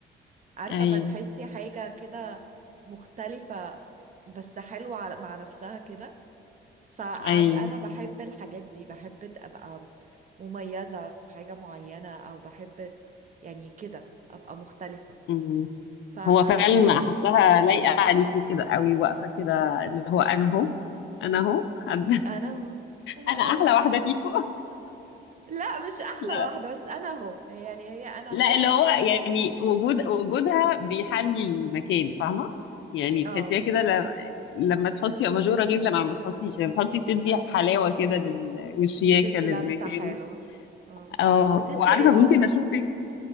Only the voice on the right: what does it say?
عارفة
ما تحسي حاجة كده مختلفة بس حلوة على- مع نفسها كده فأنا
بحب الحاجات دي بحب أبقى مميزة في حاجة معينة أو بحب يعني كده أبقى مختلفة
فحسيت
انا اهو انا
اهو
لا مش احلى
واحده بس انا اهو هي يعني هي انا
اهو
اه
بتدي
لمسه حلوه اه
بتدي
اضافه